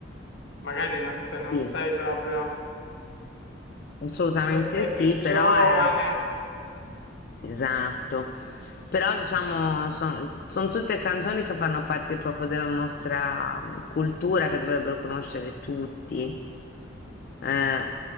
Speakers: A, on the left; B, on the left.
A: Magari non se non
B: Sì,
A: sei proprio,
B: assolutamente
A: se sei
B: sì,
A: più
B: però
A: giovane.
B: è Esatto, però diciamo sono tutte canzoni che fanno parte proprio della nostra mm, cultura che dovrebbero conoscere tutti. Eh,